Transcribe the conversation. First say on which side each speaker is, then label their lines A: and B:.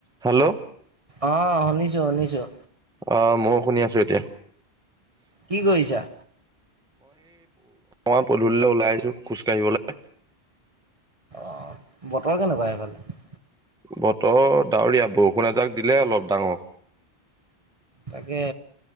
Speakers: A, in the centre; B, on the right (about 35°).
A: হেল্ল'
B: অ', শুনিছোঁ শুনিছোঁ।
A: অ', ময়ো শুনি আছো এতিয়া।
B: কি কৰিছা?
A: অই পদূলিলৈ ওলাই আহিছোঁ খোজকাঢ়িবলৈ
B: অ', বতৰ কেনেকুৱা সেইফালে?
A: বতৰ ডাৱৰীয়া বৰষুণ এজাক দিলে অলপ ডাঙৰ।
B: তাকে।